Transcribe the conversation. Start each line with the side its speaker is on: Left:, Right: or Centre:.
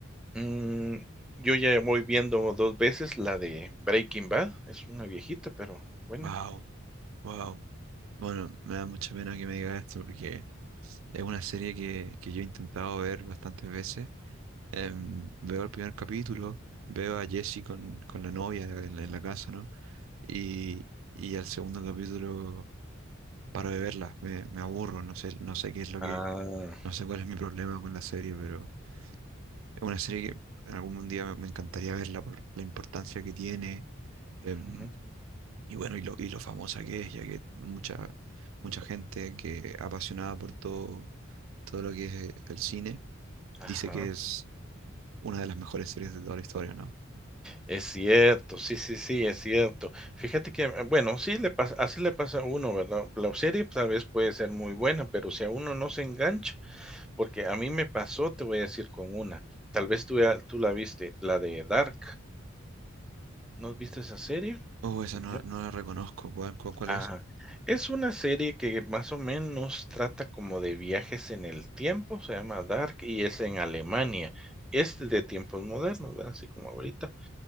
Centre: mm, yo ya voy viendo 2 veces la de Breaking Bad, es una viejita, pero buena.
Right: Wow, wow. Bueno, me da mucha pena que me digas esto porque es una serie que, que yo he intentado ver bastantes veces. Em, veo el primer capítulo, veo a Jesse con, con la novia en la, en la casa, ¿no? Y, y al segundo capítulo paro de verla, me, me aburro, no sé, no sé qué es lo
Centre: Ah,
Right: que, no sé cuál es mi problema con la serie, pero... Es una serie que en algún día me me encantaría verla por la importancia que tiene em,
Centre: ujú,
Right: y bueno, y lo, y lo famosa que es, ya que mucha, mucha gente que apasionada por todo, todo lo que es eh, el cine
Centre: ajá.
Right: dice que es una de las mejores series de toda la historia, ¿no?
Centre: Es cierto, sí, sí, sí, es cierto. Fíjate que, eh, bueno, sí le pasa así le pasa a uno, ¿verdad? La serie tal vez puede ser muy buena, pero si a uno no se engancha, porque a mí me pasó, te voy a decir con una, tal vez tú ya tú la viste, la de Dark. ¿No has visto esa serie?
Right: Oh, esa
Centre: Macbeth.
Right: no, no la reconozco, ¿cuál, cuál- cuál
Centre: Ajá.
Right: es?
Centre: Es una serie que más o menos trata como de viajes en el tiempo, se llama Dark y es en Alemania. Es de tiempos modernos, ¿verdad? Así como ahorita.